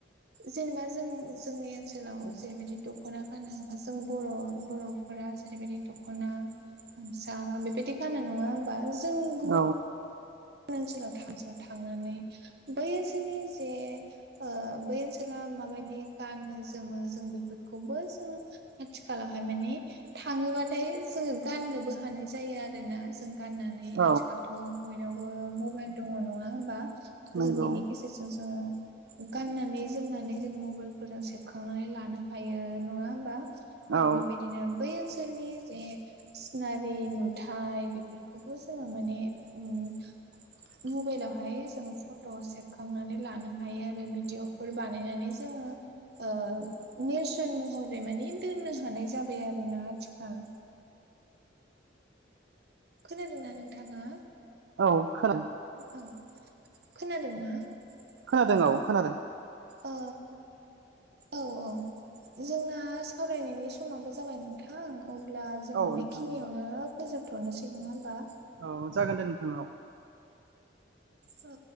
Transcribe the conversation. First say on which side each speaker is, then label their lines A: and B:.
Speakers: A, on the right (about 60°); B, on the right (about 80°).
A: जेनोबा जों जोंनि ओनसोलाव जेरैबायदि दख'ना गानो बा जों बर' बर'फोरा जेरैबायदि दख'ना सा गामसा बेबायदि गानो नङा होमबा जों गुबुन
B: औ
A: ओनसोलाव थामसााव थांनानै बै ओनसोलनि जे ओ‌ बै ओनसोला माबायदि गानो जोमो जों बेफोरखौबो जों आथिखाालहाय माने थाङोबाथाय जोङो गाननोबो हानाय जायो आरोना जों गाननानै गाननानै
B: औ
A: आथिखालथ' बयनावबो मबाइल दङ नङा होमबा
B: नंगौ
A: जों बिनि गेजेरजों जों गाननानै जोमनानै जों मबाइलफोरजों सेबखांनानै लानो हायो नङा होमबा
B: औ
A: आरो बेबायदिनो बै ओनसोलनि जे सिनारि नुथाय बेफोरखौबो जोङो माने उम
B: <inaudible>
A: मबाइलावहाय जोङो फट' सेबखांनानै लानो हायो आरो भिडिअफोर बानायनानै जोङो ओ नेरसोन महरै मानि दोननो हानाय जाबाय आरोना आथिखाल खोनादोंना नोंथांआ
B: औ खोनादों।
A: औ खोनादोंना
B: खोनादों
A: औ औ।
B: खोनादों
A: अ औ औ जोंना सावरायनायनि समाबो जाबाय नोंथां। अब्ला जोङो
B: औ नोंथां
A: बेखिनियावनो
B: होनबा
A: फोजोबथ'नोसै नङा होनबा?
B: औ जागोन दे नोंथांनाव।
A: अ औ।